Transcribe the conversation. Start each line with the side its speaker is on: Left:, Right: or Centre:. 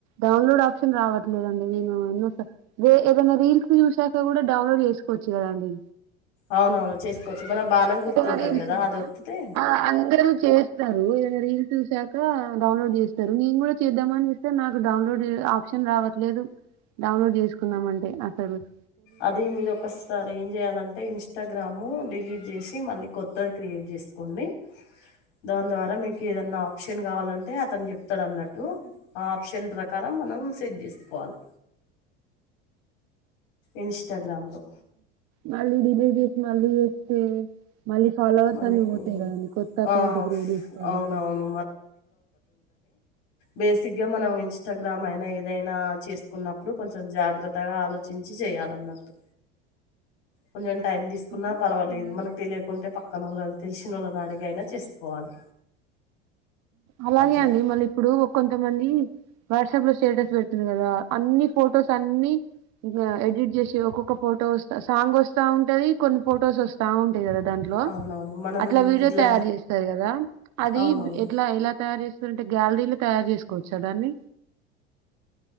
Right: డౌన్లోడ్ ఆప్షన్ రావట్లేదండి నేను ఎన్నో ఏదైనా రీల్స్ చూసాక కూడా డౌన్లోడ్ చేసుకోవచ్చు కదాండి
Left: అవునవును చేసుకోవచ్చు మనం బాణం గుర్తుంటుంది
Right: ఏదైనా రీల్స్
Left: కదా
Right: కూడా
Left: ఆది నోకితే
Right: ఆ అందరూ చేస్తారు ఏదైనా రీల్స్ చూసాక డౌన్లోడ్ చేస్తారు నేను కూడా చేద్దామని చేస్తే నాకు డౌన్లోడ్ ఆప్షన్ రావట్లేదు డౌన్లోడ్ చేసుకుందాం అంటే ఆ సర్వీస్
Left: అది మీరు ఒకసారి ఏం చెయాలంటే ఇన్స్టాగ్రాము డిలీట్ చేసి మళ్ళీ కొత్తది క్రియేట్ చేసుకోండి దాని ద్వారా మీకు ఏదనా ఆప్షన్ కావాలంటే అతను చెప్తాడు అన్నట్టు ఆ ఆప్షన్ ప్రకారం మనం సెట్ చేసుకోవాలి ఇన్స్టాగ్రామ్లో
Right: మళ్ళీ డిలీట్ చేసి మళ్ళీ <inaudible> మళ్ళీ ఫాలోవర్స్
Left: మనకు
Right: అన్ని పోతాయి కదండీ కొత్త అకౌంట్కి
Left: ఆ
Right: లేడస్
Left: ఫ్-
Right: కదా
Left: అవునవును బేసిక్ గా మనం ఇన్స్టాగ్రామ్ అయినా ఏ దైనా చేసుకున్నప్పుడు కొంచెం జాగ్రత్తగా ఆలోచించి చేయాలన్నట్టు కొంచెం టైం తీసుకున్నా
Right: ఇప్పుడు
Left: పర్వాలేదు
Right: అలాగే
Left: మనకు తెలియకుంటే పక్కన వాళ్ళ తెలిసినోలను అడిగి ఐనా చేసుకోవాలి
Right: అలాగే
Left: అట్లా
Right: అండి మళ్ళీ ఇప్పుడు కొంతమంది వాట్సాప్ లో స్టేటస్ పెడుతుంది కదా అన్ని ఫొటోస్ అన్ని ఇ ఎడిట్ చేసి ఒక్కొక్క ఫోటో వస్తా సాంగ్ వస్తా ఉంటది కొన్ని ఫొటోస్ వస్తా ఉం టాయి కదా దాంట్లో
Left: అవునవును మనం
Right: అట్లా వీడియో
Left: గ్లా
Right: తయారుచేస్తాది కదా అది
Left: అవునవును
Right: ఎట్లా ఎలా తయా రు చేస్తారు గ్యాలరీలు తయారు చేసుకోవచ్చ దాన్ని